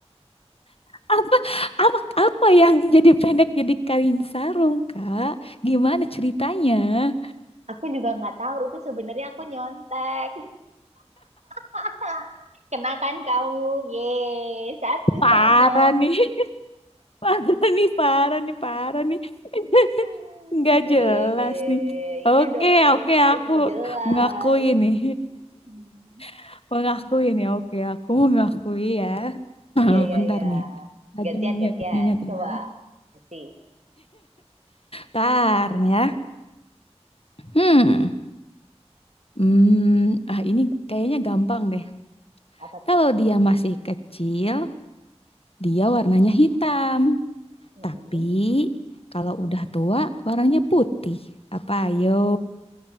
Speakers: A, on the left; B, on the right.
A: apa apa apa yang jadi pendek jadi kain sarung kak gimana ceritanya
B: Aku juga nggak tahu itu sebenarnya aku nyontek. <laughs> Kenakan kamu, ye satu
A: parah
B: sama.
A: nih <laughs> parah nih parah nih parah nih
B: <laughs>
A: <laughs> nggak
B: ye
A: jelas nih oke
B: iya dong,
A: oke
B: harus
A: aku
B: ngejelas.
A: mengakui nih
B: Hmm.
A: <laughs> mengakui nih oke aku mengakui ya Oh,
B: Iya, iya,
A: bentar
B: iya.
A: nih lagi
B: Gantian, gantian.
A: ingat-ingat
B: Coba.
A: ya
B: Kasih.
A: bentar nih ya hmm hmm ah ini kayaknya gampang deh
B: Apa
A: kalau
B: tuh?
A: dia masih kecil Dia warnanya hitam,
B: Mm-mm.
A: tapi kalau udah tua warnanya putih. Apa ayo?